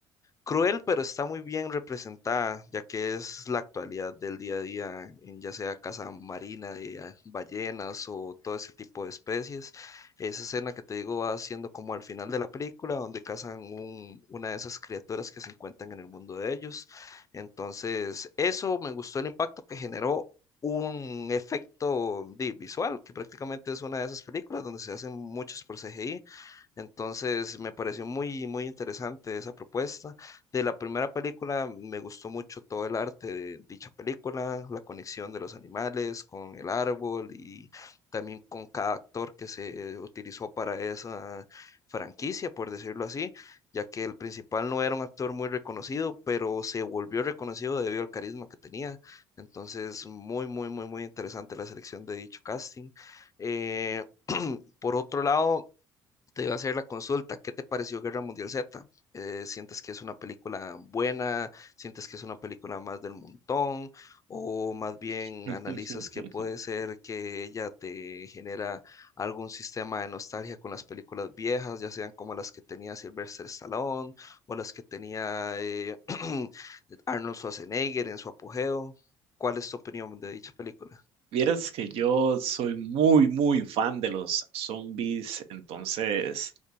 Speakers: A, on the left (about 30°); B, on the right (about 70°).
A: cruel, pero está muy bien representada, ya que es la actualidad del día a día, en ya sea caza marina de ah, ballenas o todo ese tipo de especies. Esa escena que te digo va siendo como al final de la película, donde cazan un- una de esas criaturas que se encuentran en el mundo de ellos. Entonces, eso me gustó el impacto que generó. un efecto di, visual, que prácticamente es una de esas películas donde se hacen muchos por CGI. Entonces me pareció muy, muy interesante esa propuesta. De la primera película me gustó mucho todo el arte de dicha película, la conexión de los animales con el árbol y también con cada actor que se utilizó para esa franquicia, por decirlo así, ya que el principal no era un actor muy reconocido, pero se volvió reconocido debido al carisma que tenía. Entonces, muy, muy, muy, muy interesante la selección de dicho casting. Eh, <clears throat> por otro lado, te iba a hacer la consulta. ¿Qué te pareció Guerra Mundial Z? Eh, ¿sientes que es una película buena? ¿Sientes que es una película más del montón? ¿O más bien
B: <laughs>
A: analizas que puede ser que ella te genera algún sistema de nostalgia con las películas viejas, ya sean como las que tenía Sylvester Stallone o las que tenía eh, <clears throat> Arnold Schwarzenegger en su apogeo? ¿Cuál es tu opinión de dicha película?
B: Vieras que yo soy muy, muy fan de los zombies, entonces,